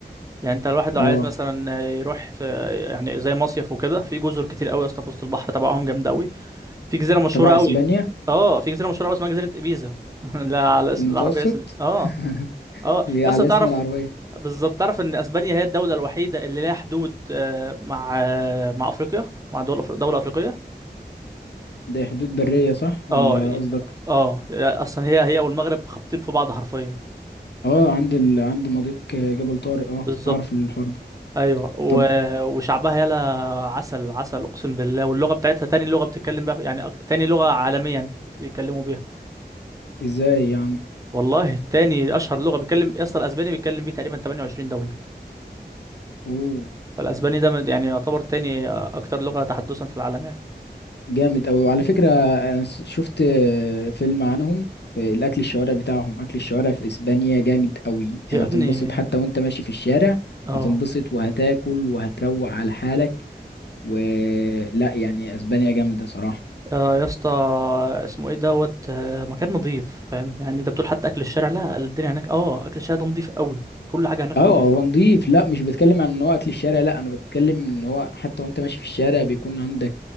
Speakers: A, on the right; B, on the left.
A: يعني انت الواحد لو
B: اه
A: عايز مثلا يروح في يعني زي مصيف وكده في جزر كتير قوي يا اسطى في وسط البحر تبعهم جامده قوي في جزيره مشهوره
B: تبع
A: قوي
B: اسبانيا
A: اه في جزيره مشهوره قوي اسمها جزيره ابيزا <laughs> لا على
B: في
A: اسم
B: المتوسط
A: العربيه اسم اه
B: <laughs>
A: اه
B: هي
A: يا
B: على
A: اسطى تعرف
B: اسم العربية
A: بالظبط تعرف ان اسبانيا هي الدوله الوحيده اللي لها حدود آه، مع آه، مع افريقيا مع دول أفر... دوله افريقيه
B: ده حدود برية صح ولا
A: اه
B: قصدك
A: اه اصلا هي هي والمغرب خابطين في بعض حرفيا
B: اه عند ال... عند مضيق جبل طارق اه
A: بالظبط
B: اعرف الحوار ده
A: ايوه و...
B: طب
A: وشعبها يلا عسل عسل اقسم بالله واللغه بتاعتها تاني لغه بتتكلم بقى يعني أك- تاني لغه عالميا بيتكلموا بيها
B: ازاي يا عم
A: والله تاني اشهر لغه بيتكلم يا اسطى الاسباني بيتكلم بيه تقريبا 28 دوله
B: اوه
A: فالاسباني ده من- يعني يعتبر تاني اكتر لغه تحدثا في العالم يعني
B: جامد اوي وعلى فكرة انا س- شفت فيلم عنهم في الاكل الشوارع بتاعهم اكل الشوارع في اسبانيا جامد اوي
A: يا
B: يعني
A: ابني
B: هتنبسط حتى وانت ماشي في الشارع
A: اه
B: هتنبسط وهتاكل وهتروق على حالك ولا يعني اسبانيا جامده صراحه
A: آه يا اسطى اسمه ايه دوت آه، مكان نظيف فاهم يعني انت بتقول حتى اكل الشارع لا الدنيا هناك اه اكل الشارع ده نظيف قوي كل حاجه هناك
B: اه
A: نظيفه
B: هو نضيف لا مش بتكلم عن ان هو اكل الشارع لا انا بتكلم ان هو حتى وانت ماشي في الشارع بيكون عندك